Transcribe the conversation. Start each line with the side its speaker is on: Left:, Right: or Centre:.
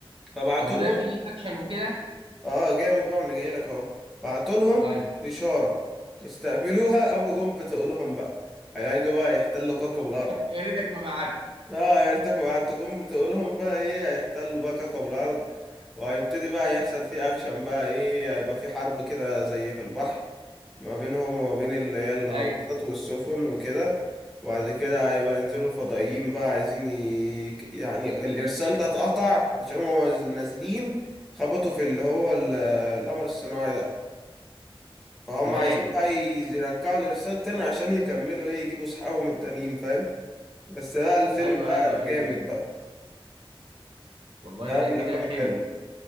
Centre: فبعتوا
Right: طب وده
Centre: لهم
Right: فيه اكشن وكده
Centre: اه جامد بقى انا جاي لك اهو بعتوا لهم
Right: ايوه
Centre: اشاره استقبلوها قاموا جم بتقولهم بقى هيجوا بقى يحتلوا كوكب الارض
Right: يا ريتك ما بعت
Centre: اه يعني انت بعتوا جم بتقولهم بقى ايه هيحتلوا بقى كوكب الارض وهيبتدي بقى يحصل فيه اكشن بقى ايه هيبقى في حرب كده زي في البحر ما بينهم وما بين اللي هي الغواصات
Right: ايوه
Centre: والسفن وكده وبعد كده هيبقى ينزلوا الفضائيين بقى عايزين ي... يعني الإرسال ده اتقطع عشان هما نازلين خبطوا في اللي هو ال- القمر الصناعي ده فهم
Right: تمام
Centre: عايزين بقى يرجعوا الإرسال تاني عشان يكملوا إيه يجيبوا أصحابهم التانيين فاهم بس ده الفيلم
Right: ايوه
Centre: بقى
Right: ايوه ايوه
Centre: جامد
Right: ايوه
Centre: بقى
Right: والله
Centre: ده
Right: ده
Centre: من
Right: كده
Centre: الأفلام
Right: حلو
Centre: الحلوة